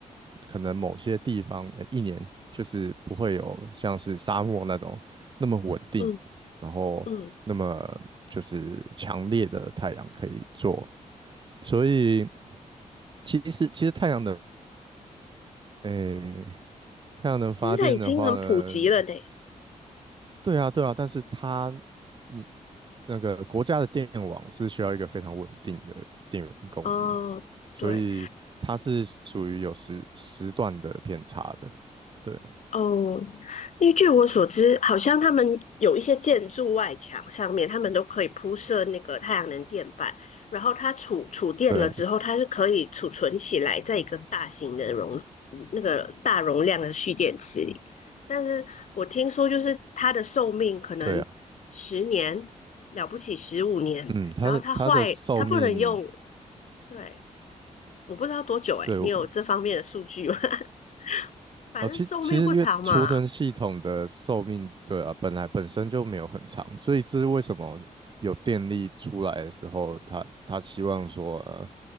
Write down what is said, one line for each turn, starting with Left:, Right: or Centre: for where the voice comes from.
Right: 可能某些地方呃一年就是不会有像是沙漠那种那么稳定，
Left: 嗯
Right: 然后那么就是强烈的太阳可以做，
Left: 嗯，
Right: 所以其实其实太阳能，诶，太阳能发电的话呢，
Left: 现在已经很普及了呢。
Right: 对啊对啊，但是它你那个国家的电网是需要一个非常稳定的电源供应，
Left: 哦，
Right: 所以它是属于有时时段的偏差的，
Left: 对，
Right: 对
Left: 哦，因为据我所知，好像他们有一些建筑外墙上面，他们都可以铺设那个太阳能电板，然后它储储电了之后，
Right: 对
Left: 它是可以储存起来，在一个大型的容嗯那个大容量的蓄电池里。但是我听说，就是它的寿命可能十年，
Right: 对啊。
Left: 了不起十五年，
Right: 嗯，它的它的寿命，
Left: 然后它坏，它不能用。对，我不知道多久诶，
Right: 对，我
Left: 你有这方面的数据吗？<laughs> 反正寿命不长嘛。
Right: 哦，其其实因为储能系统的寿命，对啊，本来本身就没有很长，所以这是为什么有电力出来的时候，它它希望说，呃，